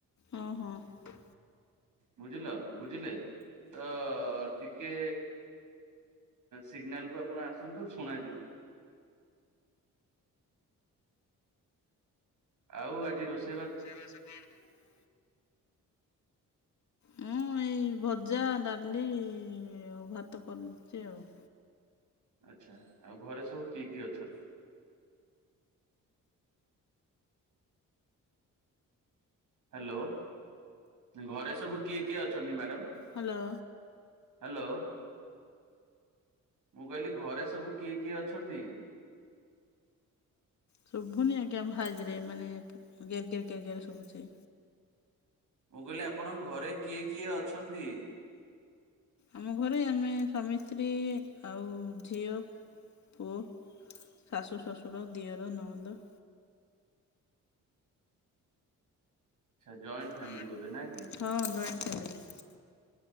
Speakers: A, on the left (about 55°); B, on the right (about 70°).
A: ହ ହ।
B: ବୁଝିଲ ବୁଝିଲେ। ତ ଟିକେ ସିଗ୍ନାଲ କୁ ଆପଣ ଆସନ୍ତୁ ଶୁଣାଯିବ। ଆଉ ଆଜି ରୋଷେଇ
A: ସେଇ <unintelligible> ମୁଁ ଏଇ ଭଜା ଡାଲି ଭାତ କରୁଛି ଆଉ।
B: ଆଚ୍ଛା ଆଉ ଘରେ ସବୁ କିଏ କିଏ ଅଛନ୍ତି? ହ୍ୟାଲୋ ଘରେ ସବୁ କିଏ କିଏ ଅଛନ୍ତି ମ୍ୟାଡାମ?
A: ହ୍ୟାଲୋ
B: ହ୍ୟାଲୋ ମୁଁ କହିଲି ଘରେ ସବୁ କିଏ କିଏ ଅଛନ୍ତି?
A: ଶୁଭୁନି ଆଜ୍ଞା ଭାଏଜରେ ମାନେ ଗେଁ କେଁ କେଁ କେଁ ହେରା ଶୁଭୁଛି।
B: ମୁଁ କହିଲି ଆପଣଙ୍କ ଘରେ କିଏ କିଏ ଅଛନ୍ତି?
A: ଆମ ଘରେ ଆମେ ସ୍ୱାମୀ ସ୍ତ୍ରୀ ଆଉ ଝିଅ ପୁଅ, ଶାଶୁ, ଶଶୁର, ଦିଅର, ନଣନ୍ଦ।
B: ଆଚ୍ଛା ଫ୍ୟାମିଲି
A: ଜଏଣ୍ଟ,
B: ବୋଧେ ନା କି?
A: ହଁ ଜଏଣ୍ଟ ଫାମିଲି।